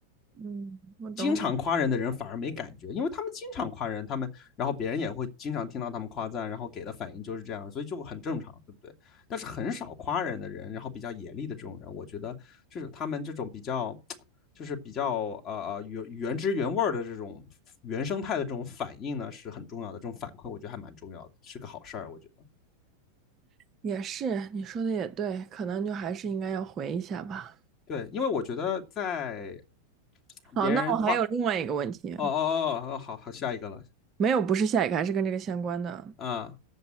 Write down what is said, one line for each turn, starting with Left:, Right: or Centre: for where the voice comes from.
Right: 嗯，我懂懂，
Left: 经常夸人的人反而没感觉，因为他们经常夸人，他们然后别人也会经常听到他们夸赞，然后给的反应就是这样，所以就很正常，对不对？但是很少夸人的人，然后比较严厉的这种人，我觉得就是他们这种比较。就是比较呃呃原原汁原味的这种原生态的这种反应呢，是很重要的。这种反馈我觉得还蛮重要的，是个好事儿。我觉得
Right: 也是，你说的也对，可能就还是应该要回一下吧。
Left: 对，因为我觉得在
Right: 好，
Left: 别人夸，
Right: 那我还有另外一个问题，
Left: 哦哦哦哦，好好，下一个了
Right: 没有，不是下一个，还是跟这个相关的，
Left: 啊，